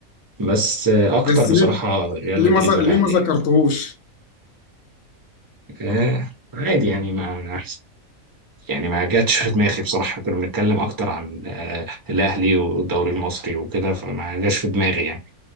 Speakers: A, on the right; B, on the left.
A: بس آه، اكتر
B: بس
A: بصراحه
B: ليه
A: ريال
B: ليه
A: مدريد
B: ما ز- ليه
A: والاهلي
B: ما ذكرتهوش
A: يعني. آه عادي يعني ما يعني ما جاتش في دماغي بصراحه كنا بنتكلم اكتر عن آه الاهلي والدوري المصري وكده فما جاش في دماغي يعني